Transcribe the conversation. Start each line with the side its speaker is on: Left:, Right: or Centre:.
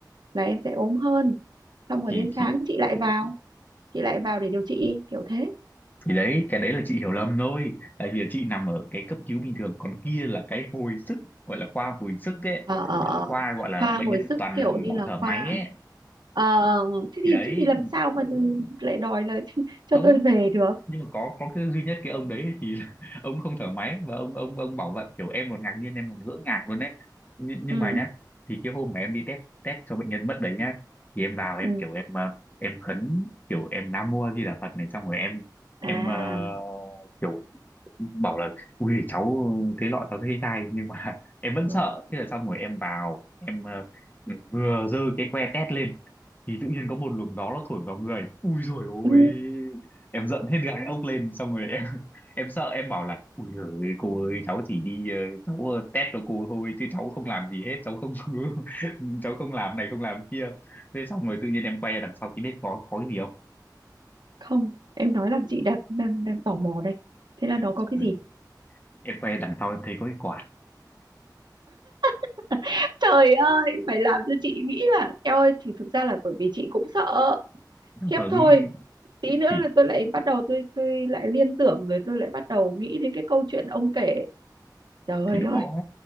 Right: là em sẽ ốm hơn xong rồi
Left: thì
Right: đến
Left: thì
Right: sáng chị lại vào chị lại vào để điều trị kiểu thế
Left: thì đấy cái đấy là chị hiểu lầm thôi tại vì chị nằm ở cái cấp cứu bình thường còn kia là cái hồi sức gọi là khoa hồi sức ấy
Right: ờ ờ
Left: Là
Right: ờ.
Left: cái khoa gọi là
Right: khoa
Left: bệnh
Right: hồi
Left: nhân
Right: sức
Left: toàn
Right: kiểu
Left: nằm
Right: như
Left: và
Right: là
Left: thở
Right: khoa
Left: máy ấy
Right: ờ thế
Left: thì
Right: thì
Left: đấy
Right: thế thì làm sao mà lại đòi là <laughs> cho
Left: không
Right: tôi về được
Left: nhưng mà có có cái duy nhất cái ông đấy thì <laughs> ông không thở máy và ông ông ông bảo vậy kiểu em còn ngạc nhiên em còn ngỡ ngàng luôn đấy nhưng, nhưng
Right: ừ
Left: mà nhá thì cái hôm mà em đi test test cho bệnh nhân mất đấy nhá thì em vào em
Right: ừ
Left: kiểu em ờ, em khấn kiểu em Nam Mô A Di Đà Phật này xong rồi em em
Right: à
Left: ờ, kiểu bảo là ui cháu thế lọ cháu thấy sai nhưng mà <laughs> em vẫn
Right: ừ.
Left: sợ thế là xong rồi em vào em ờ, vừa giơ cái que test lên thì tự nhiên có một luồng gió nó thổi vào người ui rồi ôi
Right: Ừ.
Left: em giận hết gáy ốc lên xong rồi em <laughs> em sợ em bảo là ui giời cô ơi cháu chỉ đi ờ, cháu ờ, test cho cô thôi chứ cháu không làm gì hết cháu không <laughs> cháu không làm này không làm kia thế xong rồi tự nhiên em quay ra đằng sau thì biết có có cái gì không
Right: không em nói làm chị đang đang đang tò mò đây thế là nó có
Left: xong
Right: cái
Left: rồi
Right: gì
Left: em quay ra đằng sau em thấy có cái quạt
Right: <laughs> Trời ơi, phải làm cho chị nghĩ là eo ơi thì thực ra là bởi vì chị cũng sợ
Left: nó
Right: khiếp
Left: vâng
Right: thôi. Tí nữa
Left: thì
Right: là tôi lại bắt đầu tôi tôi lại liên tưởng rồi tôi lại bắt đầu nghĩ đến cái câu chuyện ông kể. Trời
Left: thì
Right: ơi.
Left: đó